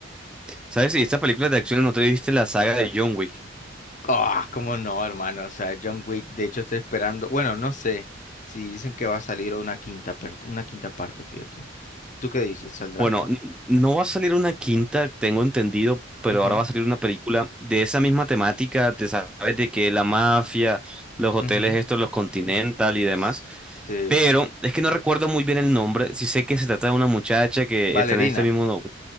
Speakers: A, in the centre; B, on the left.
A: ¿Sabes? Y esta película de acción, ¿no te viste la saga de John Wick?
B: Ah, cómo no, hermano. O sea, John Wick, de hecho estoy esperando. Bueno, no sé si dicen que va a salir una quinta, per- una quinta parte, fíjate. ¿Tú qué dices? ¿Saldrá?
A: Bueno, n- no va a salir una quinta, tengo entendido, pero
B: Ujú,
A: ahora va a salir una película de esa misma temática, te sabes de que la mafia, los hoteles
B: ujú.
A: estos, los Continental y demás,
B: S- Sí.
A: pero es que no recuerdo muy bien el nombre, sí sé que se trata de una muchacha que
B: Valerina.
A: está en este mismo, no,